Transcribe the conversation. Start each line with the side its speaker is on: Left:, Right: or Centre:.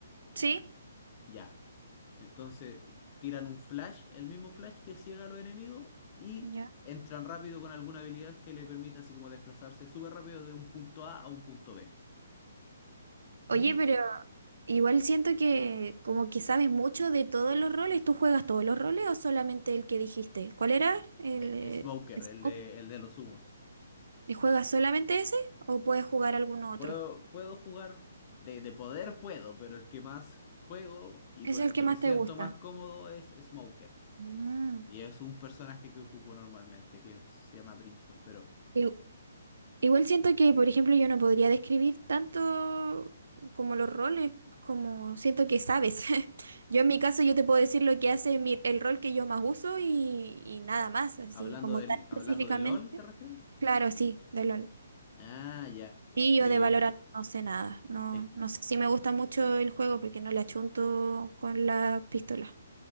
Right: ¿Sí?
Left: Ya. Entonces tiran un flash, el mismo flash que ciega a los enemigos y
Right: Ya.
Left: entran rápido con alguna habilidad que le permita así como desplazarse súper rápido de un punto A a un punto B. Y
Right: Oye, pero Igual siento que como que sabes mucho de todos los roles, ¿tú juegas todos los roles o solamente el que dijiste? ¿Cuál era? ¿El
Left: eh,
Right: eh,
Left: Smoker,
Right: es
Left: el de, el de los humos.
Right: ¿Y juegas solamente ese o puedes jugar alguno otro?
Left: Puedo, puedo jugar, de, de poder puedo, pero el que más juego y
Right: ¿Es
Left: con
Right: el
Left: el
Right: que
Left: que
Right: más
Left: me siento
Right: te gusta?
Left: más cómodo es Smoker.
Right: Mm.
Left: Y es un personaje que ocupo normalmente, que se llama Brimstone. Pero
Right: I- Igual siento que, por ejemplo, yo no podría describir tanto como los roles, como siento que sabes. <laughs> Yo en mi caso yo te puedo decir lo que hace mi- el rol que yo más uso y, y nada más, así
Left: hablando
Right: como
Left: del,
Right: tan específicamente.
Left: hablando de LOL, ¿te refieres?
Right: Claro, sí, de LOL.
Left: Ah, ya.
Right: Sí,
Left: Es que...
Right: yo de Valorant no sé nada. No,
Left: es-
Right: no sé si me gusta mucho el juego porque no le achunto con la pistola.